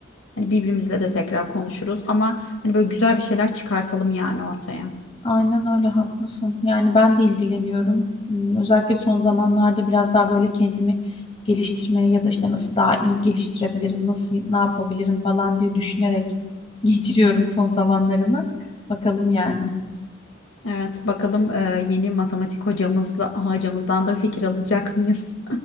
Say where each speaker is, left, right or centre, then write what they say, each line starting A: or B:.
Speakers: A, on the left (about 80°); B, on the left (about 30°).
A: hani birbirimizle de tekrar konuşuruz. Ama hani böyle güzel bir şeyler çıkartalım yani ortaya.
B: Aynen öyle haklısın. Yani ben de ilgileniyorum. Hmm, Özellikle son zamanlarda biraz daha böyle kendimi geliştirmeye ya da işte nasıl daha iyi geliştirebilirim, nasıl ne yapabilirim falan diye düşünerek <laughs> geçiriyorum son zamanlarımı. Bakalım yani.
A: Evet bakalım e, yeni matematik hocamızla hocamızdan da fikir alacak mıyız?